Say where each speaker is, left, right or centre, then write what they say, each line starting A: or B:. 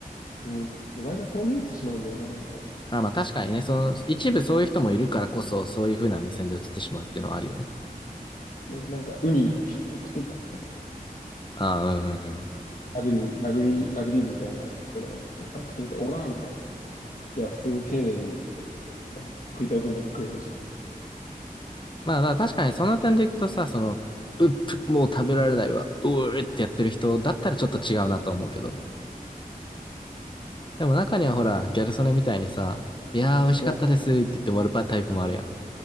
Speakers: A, on the left (about 60°); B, on the left (about 30°).
A: うん。前がそう見えてしまうんだよな、なんか。
B: あ、まあ確かにね、その、一部そういう人もいるからこそ、そういう風な目線で映ってしまうっていうのはあるよね。
A: ななんか、ウニ100貫食ってみたとかさ。
B: ああ、うんうんうん。
A: ラグビー、ラグビー、ラグビー部みたいな人がなんか100貫食ってみた、オラーみたいなさ。いや、普通に丁寧にさ、食いたい分だけ食えばいいじゃん。
B: まあ、だから確かにその点でいくとさ、その、うっぷ、もう食べられないわ、うーってやってる人だったらちょっと違うなとは思うけど。でも中にはほら、ギャル曽根みたいにさ、いやー美味しかったですって言って終わるパタイプもあるやん。
A: は、